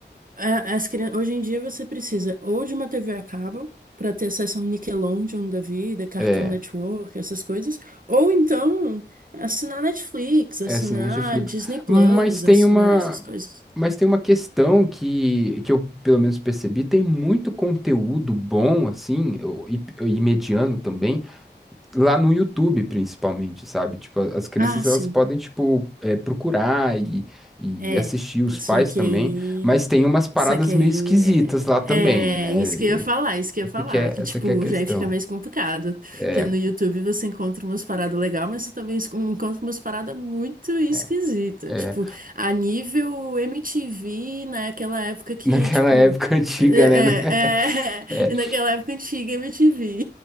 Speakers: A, on the right; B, in the centre.
A: a- as crianças, hoje em dia você precisa ou de uma TV a cabo para ter acesso ao Nickelodeon da vida, Cartoon
B: É,
A: Network, essas coisas, ou então assinar Netflix, assinar
B: essa né, Netflix.
A: Disney Plus,
B: Mas tem
A: assinar
B: uma,
A: essas coisas.
B: mas tem uma questão que, que eu pelo menos percebi, tem muito conteúdo bom assim, eu- e, e mediano também lá no YouTube, principalmente, sabe? Tipo, a- as crianças
A: Ah, sim.
B: elas podem, tipo, é, procurar e, e
A: É,
B: assistir, os
A: só
B: pais
A: que
B: também,
A: aí.
B: mas tem umas paradas
A: Só que
B: meio
A: aí
B: esquisitas lá também,
A: é,
B: né?
A: é isso que
B: E-
A: eu ia falar, isso que
B: Esse
A: eu ia falar,
B: que é,
A: que
B: essa
A: tipo,
B: que é a questão.
A: já aí fica mais complicado,
B: É,
A: porque no YouTube você encontra umas paradas legais, mas você também es- encontra umas paradas muito esquisitas,
B: é. é.
A: tipo, a nível MTV, naquela época que,
B: Naquela
A: tipo,
B: época <laughs> antiga,
A: é, é,
B: né? <laughs>
A: é, <laughs> e naquela época antiga MTV.